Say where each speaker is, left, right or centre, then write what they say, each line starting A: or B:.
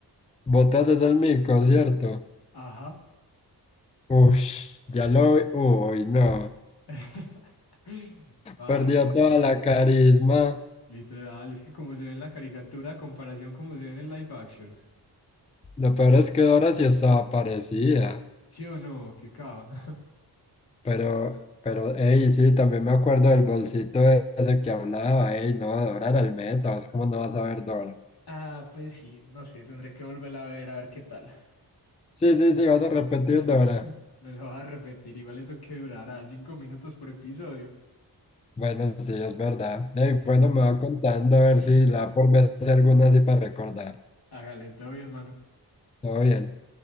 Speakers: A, on the left; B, on the left.
A: Botas es el mico,
B: <laughs>
A: ¿cierto?
B: Ajá.
A: Uff, ya lo vi, uy, no.
B: <laughs> Parce,
A: Perdió toda la carisma.
B: literal, es que como se ve en la caricatura, a comparación como se ve en el live action.
A: Lo peor es que Dora sí estaba parecida.
B: ¿Sí o no? ¿Qué caja? <laughs>
A: Pero, pero, ey, sí, también me acuerdo del bolsito ese que hablaba. Ey, no, Dora era el meta. ¿vos ¿Cómo no vas a ver Dora?
B: Ah, pues sí, no sé, tendré que volverla a ver, a ver qué tal.
A: Sí, sí, sí, vas a repetir
B: <laughs>
A: Dora.
B: Me lo vas a repetir, igual eso que durará cinco minutos por episodio.
A: Bueno, sí, es verdad. Ey, bueno, me va contando a ver
B: <laughs>
A: si la por vez alguna así para recordar.
B: Hágale, todo bien, mano.
A: Todo bien.